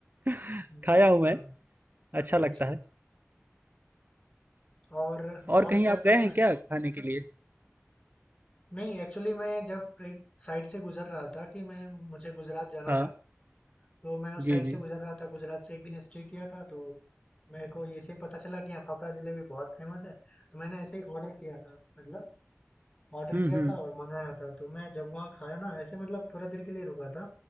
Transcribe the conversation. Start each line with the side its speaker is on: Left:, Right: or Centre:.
Right: <laughs>
Left: हम्म,
Right: खाया हूं मैं
Left: हाँ
Right: अच्छा लगता
Left: अच्छा
Right: है
Left: अच्छा। और
Right: और
Left: और
Right: कहीं
Left: क्या
Right: आप
Left: सब
Right: गए हैं
Left: खाए
Right: क्या खाने के लिए
Left: नहीं एक्चुअली मैं जब एक साइड से गुजर रहा था कि मैं मुझे गुजरात जाना
Right: हाँ
Left: था तो मैं उस
Right: जी
Left: साइड
Right: जी
Left: से गुज़र रहा था, गुजरात से एक दिन स्टे किया था, तो मेरे को ऐसे ही पता चला कि यहाँ फाफड़ा जलेबी बहुत फेमस है, तो मैंने ऐसे ही ऑर्डर किया था, मतलब ऑर्डर
Right: हम्म
Left: किया
Right: हम्म
Left: था और मँगाया था। तो मैं जब वहाँ खाया ना, ऐसे मतलब थोड़ी देर के लिए रुका था,